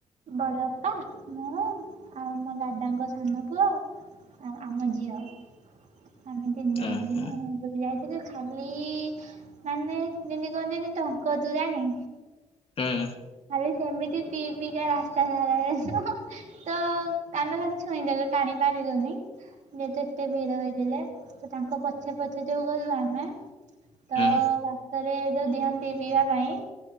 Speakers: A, on the right; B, on the left.
A: ବଡ଼ବାପା, ମୁଁ, ଆଉ ମୋ ଦାଦାଙ୍କ ସାନପୁଅ। ଆଉ ଆମ ଝିଅ ଆମେ ତିନି ଜଣ
B: ଉଁ
A: ଜିମୁ
B: ହୁଁ
A: ବୋଲି ଯାଇଥିଲୁ। ଖାଲି ମାନେ ଯେମିତି କୁହନ୍ତିନି ଟଙ୍କତୋରାଣି।
B: ହୁଁ
A: ଖାଲି ସେମିତି ପିଇ ପିଇିକା ରାସ୍ତା ସାରା ତ କାନ୍ଦ ଖାଲି ଛୁଇଁଦେଲୁ ଟାଣିପାରିଲୁନି। ଯେହେତୁ ଏତେ ଭିଡ ହେଇଥିଲେ ତ ତାଙ୍କ ପଛେ ପଛେ ଯୋଉ ଗଲୁ ଆମେ ତ
B: ହୁଁ
A: ବାଟରେ ଯୋଉ ଦିଅନ୍ତି ପିଇବା ପାଇଁ